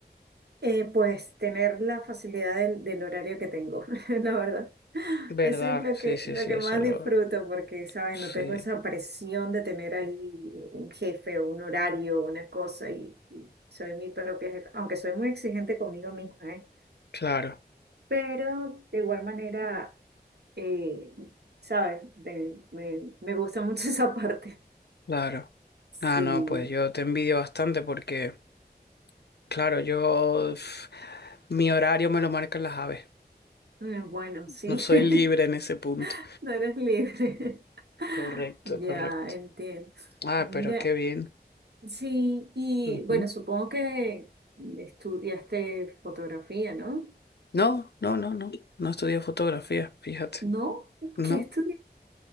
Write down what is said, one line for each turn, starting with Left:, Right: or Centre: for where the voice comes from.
Right: Eh, pues tener la facilidad del, del horario que tengo, <laughs> la verdad.
Left: ¿Verdad?
Right: Eso es lo
Left: Sí,
Right: que,
Left: sí,
Right: lo
Left: sí,
Right: que
Left: eso
Right: más
Left: lo...
Right: disfruto porque, ¿sabes?
Left: Sí,
Right: No tengo esa presión de tener ahí un jefe, un horario, una cosa y, y soy mi propia jefa, aunque soy muy exigente conmigo misma, ¿eh?
Left: claro,
Right: Pero de igual manera, eh, ¿sabes? De- me, me gusta mucho <laughs> esa parte.
Left: claro.
Right: Sí,
Left: Ah, no, pues yo te envidio bastante porque, claro, yo... uf, mi horario me lo marcan las aves.
Right: eh, bueno, sí,
Left: No soy
Right: <laughs>
Left: libre en ese punto.
Right: no eres libre. <laughs>
Left: Correcto,
Right: Ya,
Left: correcto.
Right: entiendo.
Left: Ah,
Right: Mira,
Left: pero qué bien.
Right: Sí, y
Left: Ujú.
Right: bueno, supongo que estudiaste fotografía, ¿no?
Left: No, no, no, no. No estudié fotografía, fíjate.
Right: ¿No?
Left: No,
Right: ¿Qué estudiaste?